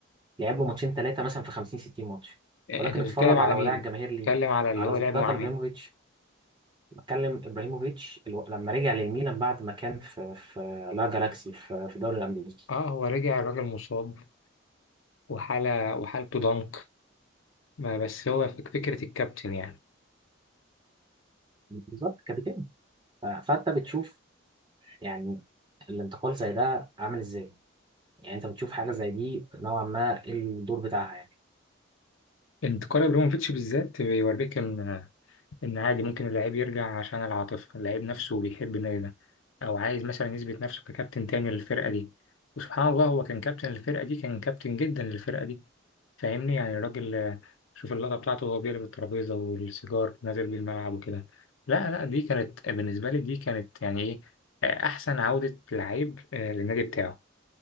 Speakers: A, on the right (about 25°); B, on the left (about 80°).
A: لعب له ماتشين ثلاثه مثلا في 50 60 ماتش
B: انت
A: ولكن
B: بتتكلم
A: اتفرج
B: على
A: على وداع
B: مين؟
A: الجماهير ليه
B: بتتكلم على اللي
A: على
B: هو
A: زلاتان
B: لعبه مع مين؟
A: ابراهيموفيتش بتكلم ابراهيموفيتش الو... لما رجع للميلان بعد ما كان في في لا جالاكسي في في الدوري الامريكي
B: اه هو رجع الراجل مصاب وحالة وحالته ضنك ما بس هو فك- فكرة الكابتن يعني
A: بالظبط كابتن ف- فانت بتشوف يعني الانتقال زي ده عامل ازاي يعني انت بتشوف حاجه زي دي نوعا ما إيه الدور بتاعها يعني
B: انت قارن ابراهيموفيتش بالذات بيوريك ان إن عادي ممكن اللاعب يرجع عشان العاطفة اللاعب نفسه بيحب النادي ده أو عايز مثلا يثبت نفسه ككابتن تاني للفرقة دي وسبحان الله هو كان كابتن الفرقة دي كان كابتن جدا للفرقة دي فاهمني يعني الراجل آه، شوف اللقطة بتاعته وهو بيقلب الترابيزة والسيجار نازل بيه الملعب وكده لا لا دي كانت بالنسبة لي دي كانت يعني إيه آه، أحسن عودة لعيب آه، للنادي بتاعه